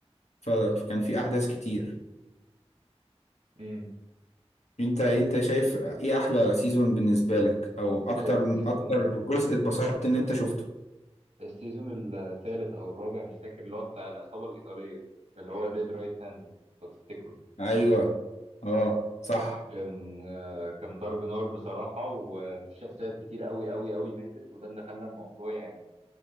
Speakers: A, on the left; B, on the right.
A: ف- فكان في احداث كتير
B: امم
A: انت انت شايف ايه احلى سيزون بالنسبه لك او اكتر
B: السيزون
A: اكتر جزء اتبسطت ان انت شفته
B: السيزون الثالث او الرابع مش فاكر اللي هو بتاع العصابه الايطاليه اللي هو ديد رايت هاند لو تفتكره
A: ايوه اه صح
B: كان آه، كان ضرب نار بصراحه وفي شخصيات كتير قوي قوي قوي ماتت وده اللي خلى الموضوع يعني